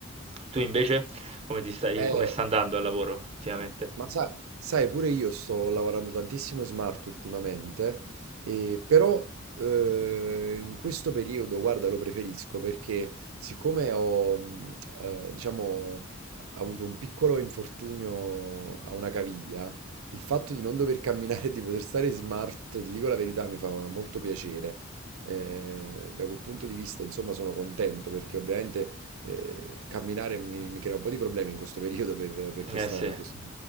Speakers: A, on the right (about 30°); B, on the right (about 90°).
A: Tu invece? Come ti stai
B: Eh.
A: come sta andando al lavoro ultimamente?
B: Ma sai, sai, pure io sto lavorando tantissimo in smart ultimamente, e però eh, in questo periodo, guarda, lo preferisco perché siccome ho, mh, eh, diciamo, avuto un piccolo infortunio a una caviglia, il fatto di non dover camminare e di poter stare in smart, ti dico la verità, mi fa molto piacere. Eh, da quel punto di vista, insomma, sono contento perché ovviamente eh, camminare mi, mi crea un po' di problemi in questo periodo per, per questa...
A: Eh sì.
B: per questo-